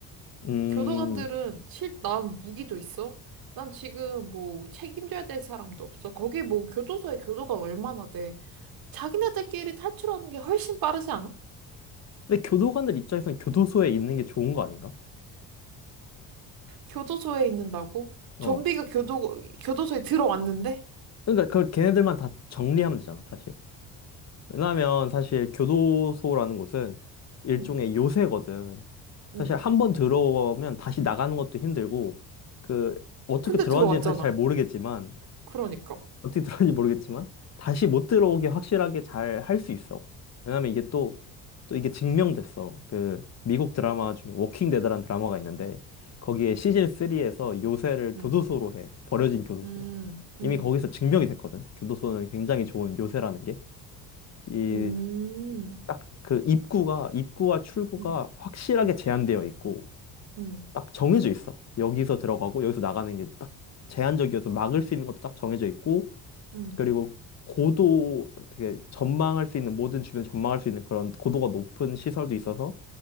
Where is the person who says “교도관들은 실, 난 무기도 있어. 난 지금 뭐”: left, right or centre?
Right